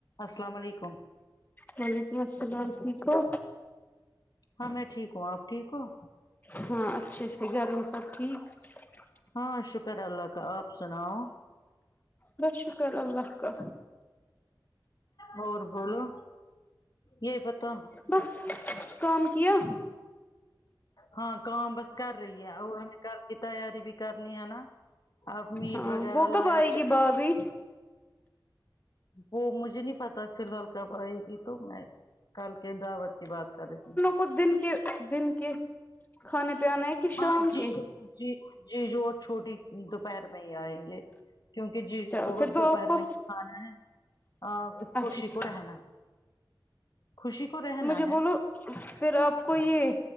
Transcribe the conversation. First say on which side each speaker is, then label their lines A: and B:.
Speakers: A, on the left (about 55°); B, on the left (about 20°).
A: السلام علیکم
B: وعلیکم اسلام ٹھیک ہے
A: ہاں میں ٹھیک ہوں آپ ٹھیک ہوں
B: ہاں اچھے سے گھر میں سب ٹھیک <unintelligible>
A: ہاں شکر اللہ کا آپ سناؤ
B: بس شکر اللہ کا
A: اور بولو یہی پتا
B: بس کام کیا
A: ہاں کام بس کر رہی ہے اور ہمیں کل کی تیاری بھی کرنی ہے نا اپ میٹ
B: ہاں
A: وغیرہ
B: وہ کب
A: لو
B: آئے
A: یا چکن
B: گی بھابھی
A: وہ مجھے نہیں پتا فی الحال کب آئے گی تو میں کل کے دعوت کے بات کر رہی
B: کچھ دن کے دن کے کھانے پی انا ہے کہ شام
A: ہاں
B: کے
A: جیجو جی جی جو چھوٹی دوپہر میں ہی آئیں گے کیونکہ جی
B: چلو
A: کو
B: پھر تو
A: دوپہر
B: آپ کو
A: میں کھانا ہے
B: اچھا
A: خوشی
B: اچھا
A: کو رہنا ہے خوشی کو رہنا
B: مجھے بولو
A: ہے
B: پھر آپ کو یہ